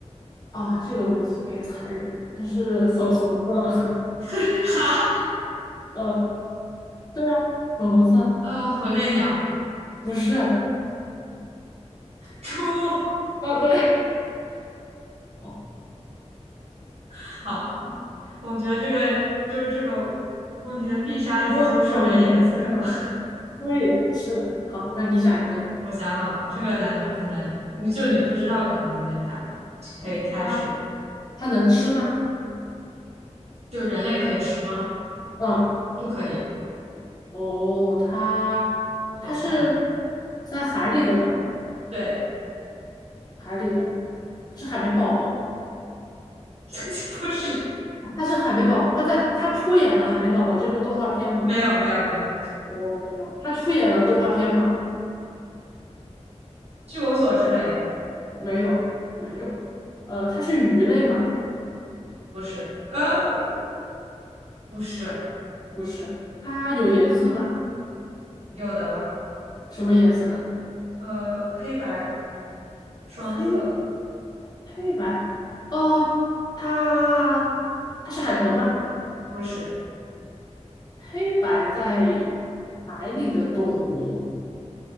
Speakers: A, on the left; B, on the right.
A: 啊，这个问题有点残忍，它是粉红色，
B: <laughs> 哈，
A: <laughs> 呃，对啊，粉红色
B: 呃，火烈鸟，
A: 不是，啊，
B: 猪。
A: 对，哦
B: 好，我觉得这个就是这个问题的必杀技就是什么颜色。
A: 你说粉红色。
B: <laughs>
A: 对的，是的。好，那你想一个，
B: 我想好了，这个难度可能你就你不知道，可能有点大，可以开始。
A: 哦，它它能吃吗？
B: 就人类可以吃吗？
A: 嗯，
B: 不可以，
A: 哦，它它是
B: 好残忍。
A: 在海里的吗？
B: 对，
A: 海里的，它是海绵宝宝吗？
B: <laughs> 不是，
A: 它是海绵宝宝，它在它出演了《海绵宝宝》这部动画片吗？
B: 没有没有没有，
A: 我、没有，它出演了动画片吗？
B: 据我所知没有，
A: 没有，没有。呃，它是鱼类吗？
B: 不是，呃，不是，
A: 不是，它有颜色吗？
B: 有的吧？
A: 什么颜色呢？
B: 呃，黑白双色，
A: 黑黑白。哦，它它是海豚吗？
B: 不是，
A: 黑白在海里的动物，